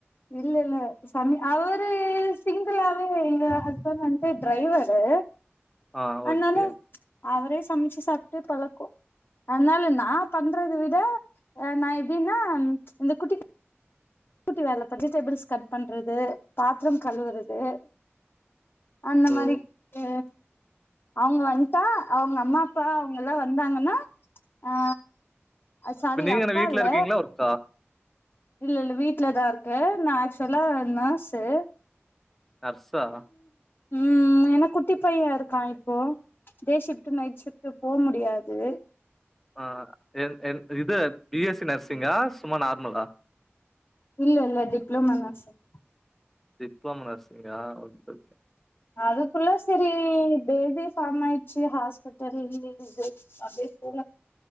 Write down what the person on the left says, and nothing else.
இல்ல இல்ல சமிர் அவுரு சிங்கிளாவே எங்க ஹஸ்பண்ட் வந்து டிரைவரு
அதனால
அவரே சமைச்சு சாப்ட்டு பழக்கோ அதனால நா பண்றத விட அ நா எப்படின்னா இந்த குட்டி குட்டி வேலை வெஜிடபிள்ஸ் கட் பண்றது பாத்ரம் கழுவுறது அந்த
மாரி அ அவங்க வன்ட்டா அவங்க அம்மா அப்பா அவுங்க எல்லா வந்தாங்கன்னா ஆ அ சரி
அப்பா
இல்ல
இல்ல இல்ல வீட்டுலதா இருக்கே நா ஆக்சுவலா நர்ஸ்சு
ம் எனக் குட்டி பையன் இருக்கா இப்போ டோ ஷிப்ட்டு நைட் ஷிப்ட்டு போ முடியாது
இல்ல இல்ல டிப்ளோமா நர்ஸ் சார்
அதுக்குள்ள சேரி பேபி ஃபாம் ஆயிடுச்சு ஹாஸ்பிட்டலது அப்படியே போல